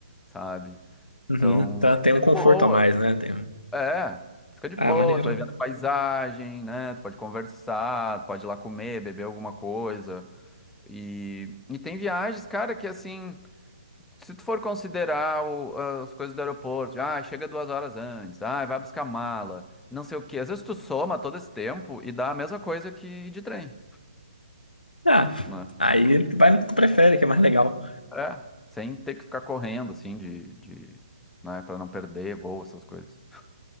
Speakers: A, in the centre; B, on the left (about 80°).
A: sabe?
B: Uhum,
A: Então,
B: tá, tem
A: fica
B: um conforto
A: de boa.
B: a mais, né? Tem um...
A: É, tu fica de
B: Ah,
A: boa,
B: maneiro.
A: tu vai vendo a paisagem, né? Tu pode conversar, tu pode ir lá comer, beber alguma coisa. E, e tem viagens, cara, que assim, se tu for considerar o- ah, as coisas do aeroporto, ah, chega duas horas antes, ah, vai buscar mala, não sei o quê. Às vezes tu soma todo esse tempo e dá a mesma coisa que de trem,
B: Ah,
A: né?
B: aí vai no que tu prefere, que é mais legal.
A: É, sem ter que ficar correndo, assim, de, de, né, pra não perder voo, essas coisas.